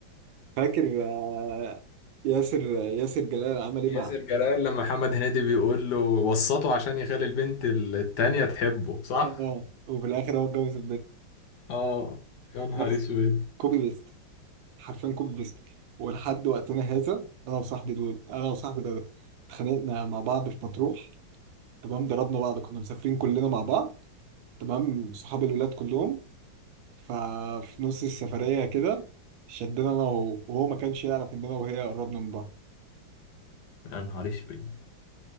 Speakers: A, on the right; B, on the left.
A: فاكر آه، ياسر ياسر جلال عمل ايه
B: ياسر
A: مع
B: جلال لما محمد هنيدي بيقول له وسطه عشان يخلي البنت التانية تحبه صح؟
A: اه وفي الاخر هو اتجوز
B: اه يا نهار
A: البنت
B: اسود
A: كوبي بيست حرفيا كوبي بيست ولحد وقتنا هذا انا وصاحبي دول انا وصاحبي ده اتخانقنا مع بعض في مطروح تمام ضربنا بعض كنا مسافرين كلنا مع بعض تمام صحاب الولاد كلهم ففي نص السفرية كده شدنا انا وهو وهو ما كانش يعرف ان انا وهي قربنا من بعض
B: يا نهار اسود